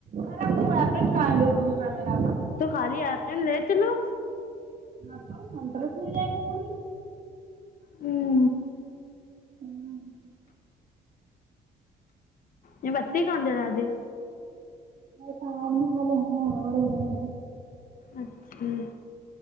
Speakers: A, on the right; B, on the left.
A: ارے امی ایپرین کہاں ہیں دوسرا میرا
B: تو خالی ایپرین لے چلو
A: ہاں تو انڈرس مل جائیں گے پوری
B: ہمم
A: آمم
B: یے بتی کون جلادی
A: ہر کہانی والے ہونا والڈن والڈن
B: اچھے